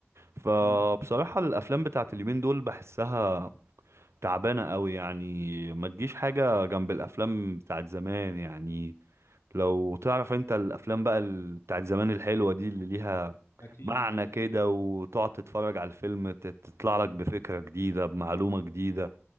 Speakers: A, on the right; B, on the left.
A: فبصراحة
B: امم
A: الافلام بتاعت اليومين دول بحسها تعبانة قوي يعني ما تجيش حاجة جنب الافلام بتاعت زمان يعني لو تعرف انت الافلام بقى ال- بتاعت زمان الحلوة دي اللي ليها
B: اكيد
A: معنى
B: اكيد
A: كده وتقعد تتفرج على الفيلم تت- تطلع لك بفكرة جديدة بمعلومة جديدة